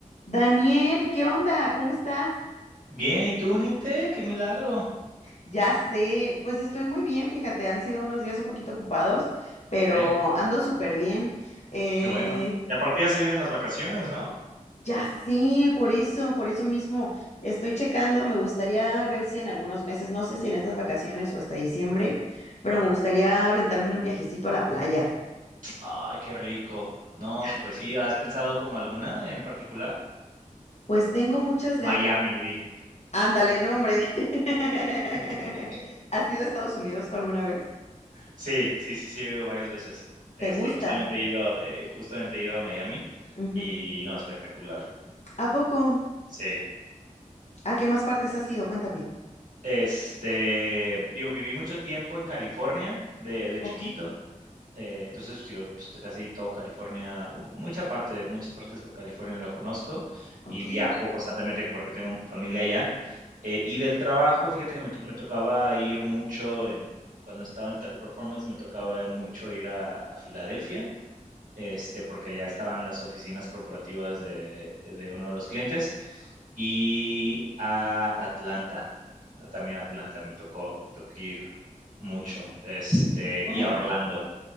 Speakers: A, on the left; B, on the right.
A: Daniel, ¿qué onda? ¿Cómo estás?
B: Bien, ¿y tú, Nicte? Qué milagro.
A: Ya sé, pues estoy muy bien, fíjate, han sido unos días un poquito ocupados, pero
B: Sí,
A: ando súper bien. Eh,
B: qué bueno. Y aparte ya se vienen las vacaciones, ¿no?
A: ya sé, por eso, por eso mismo estoy checando, me gustaría ver si en algunos meses, no sé si en estas vacaciones o hasta diciembre,
B: Ajá,
A: pero
B: ajá.
A: me gustaría aventarme un viajecito a la playa.
B: Ay, qué rico. No,
A: Ya
B: súper
A: sé.
B: sí. ¿Has pensado como alguna en particular?
A: Pues tengo muchas
B: Miami,
A: ganas.
B: vi.
A: Ándale, no, hombre. <laughs>
B: <laughs>
A: ¿Has ido a Estados Unidos tú alguna vez?
B: Sí, sí, sí, sí, he ido varias veces.
A: ¿Te
B: Este,
A: gusta?
B: y justamente he ido, a- eh, justamente he ido a Miami
A: Ujú.
B: y no, espectacular.
A: ¿A poco?
B: Sí.
A: ¿A qué más partes has ido? Cuéntame.
B: Este, digo, viví mucho tiempo en California de, de
A: Ok,
B: chiquito Eh, entonces, pues, digo, pues, casi todo California, u- mucha parte, muchas partes de California lo conozco
A: ok,
B: y viajo constantemente porque tengo familia allá. Eh, y del trabajo, fíjate que me, to- me tocaba ir mucho en, cuando estaba en Teleperformance, me tocaba mucho ir a, a Filadelfia, este, porque allá estaban las oficinas corporativas de, de uno de los clientes, y a Atlanta, a- también Atlanta, me tocó, me tocó ir mucho, este,
A: órale.
B: y a Orlando.